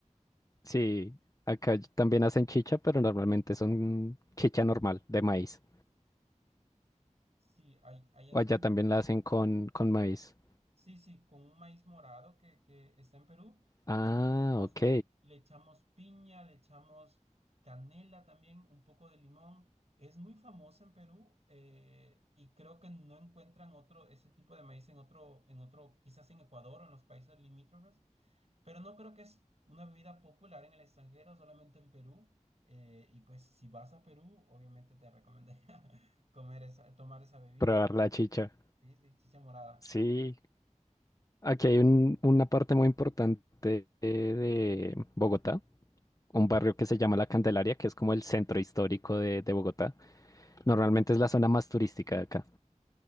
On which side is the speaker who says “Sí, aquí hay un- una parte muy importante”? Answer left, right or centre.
Left